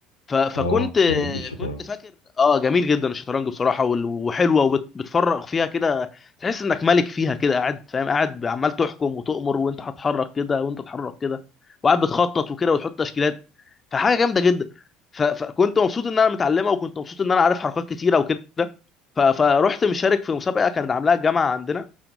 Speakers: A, on the left; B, on the left.
A: ف- فكنت
B: اه جميل الشطرنج
A: كنت فاكر اه جميل جدا الشطرنج بصراحه وال- وحلوه وبتفرغ فيها كده تحس انك ملك فيها كده قاعد فاهم قاعد عمال تحكم وتؤمر وانت هتحرك كده وانت تتحرك كده وقاعد بتخطط وكده وتحط تشكيلات فحاجه جامده جدا ف- فكنت مبسوط ان انا متعلمها وكنت مبسوط ان انا عارف حركات كتيره وكده ف- فرحت مشارك في مسابقه كانت عاملاها الجامعه عندنا